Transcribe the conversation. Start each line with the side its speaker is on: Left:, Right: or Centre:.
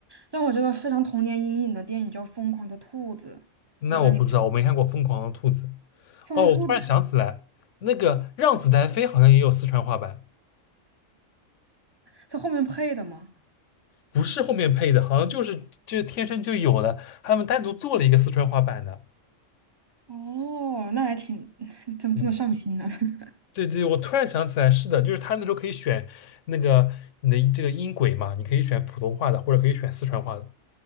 Right: 让我这个非常童年阴影的电影叫《疯狂的兔子》。
Left: 那我不知道，
Right: 我不知道你。
Left: 我没看过《疯狂的兔子》。
Right: 放上兔子
Left: 哦，我突然想起来，那个《让子弹飞》好像也有四川话版，
Right: 在后面配的吗？
Left: 不是后面配的，好像就是就是天生就有的，他们单独做了一个四川话版的。
Right: 哦，那还挺，<laughs> 怎么这么上心呢？
Left: 嗯。
Right: <laughs>
Left: 对对，我突然想起来，是的，就是他那时候可以选那个你的这个音轨嘛，你可以选普通话的，或者可以选四川话的。